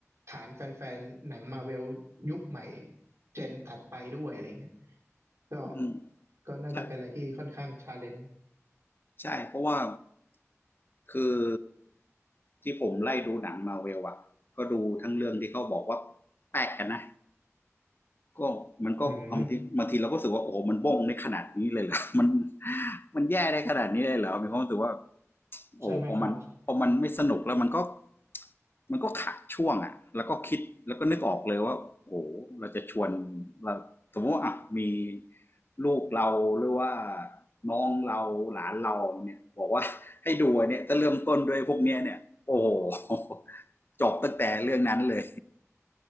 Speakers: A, on the right; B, on the left.
A: ฐานแฟนๆหนังมาเวลยุคใหม่เจนถัดไปด้วยอะไรเงี้ยก็
B: อืม
A: ก็น่าจะเป็นอะไรที่ค่อนข้างชาเลนจ์
B: ใช่ใช่เพราะว่าคือที่ผมไล่ดูหนังมาเวลอะก็ดูทั้งเรื่องที่เขาบอกว่าแปลกกันนะ ก็มันก็บางทีบางทีเราก็รู้สึกว่าโอ้โหมันบ้งในขนาดนี้เลยเหรอ
A: อืม
B: <laughs> มันมันแย่ได้ขนาดนี้เลยเหรอมีความรู้สึกว่าโอ้พอมันพอมันไม่สนุกแล้วมันก็
A: ใช่ไหมครับ
B: มันก็ขาดช่วงอ่ะแล้วก็คิดแล้วก็นึกออกเลยว่าโอ้เราจะชวนเราสมมติว่าอ่ะมีลูกเราหรือว่าน้องเราหลานเราเนี่ยบอกว่า <laughs> ให้ดูเนี่ยจะเริ่มต้นด้วยพวกเนี้ยเนี่ยโอ้โห <laughs> จบตั้งแต่เรื่องนั้นเลย